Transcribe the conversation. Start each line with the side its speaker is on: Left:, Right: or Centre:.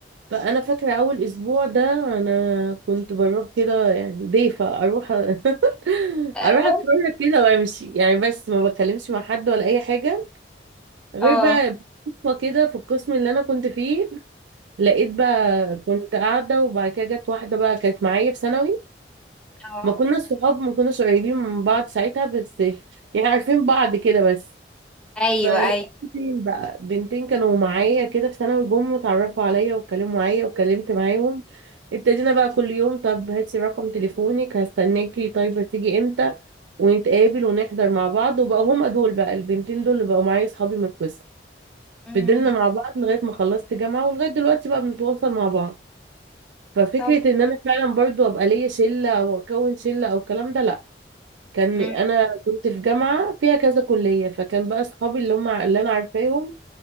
Right: فأنا فاكرة أول أسبوع ده أنا كنت بروح كده يعني ضيفة أروح <laughs>
Centre: اه
Right: أروح أتفرج كده وأمشي يعني بس ما بتكلمش مع حد ولا أي حاجة غير
Centre: اه اه
Right: بقى صدفة كده في القسم اللي انا كنت فيه لقيت بقى كنت قاعدة وبعد كده جت واحدة بقى كانت معايا في ثانوي
Centre: آه.
Right: ما كنا صحاب ما كناش قريبين من بعض ساعتها بس يعني عارفين بعض كده بس
Centre: ايوه
Right: فلقيت
Centre: ايوه
Right: بنتين بقى بنتين كانوا معايا كده في ثانوي جم اتعرفوا عليا واتكلموا معايا واتكلمت معاهم ابتدينا بقى كل يوم طب هاتي رقم تليفونك هستناكي طيب هتيجي امتى ونتقابل ونحضر مع بعض وبقى هما دول بقى البنتين دول اللي بقوا معايا صحابي من القسم
Centre: امم
Right: فضلنا مع بعض لغاية ما خلصت جامعة ولغاية دلوقتي بقى بنتواصل مع بعض ففكرة
Centre: طب
Right: ان انا فعلا برضو ابقى ليا شلة او اكون شلة او الكلام ده لا كان
Centre: مم.
Right: انا كنت في جامعة فيها كذا كلية فكان بقى اصحابي اللي هم اللي انا عارفاهم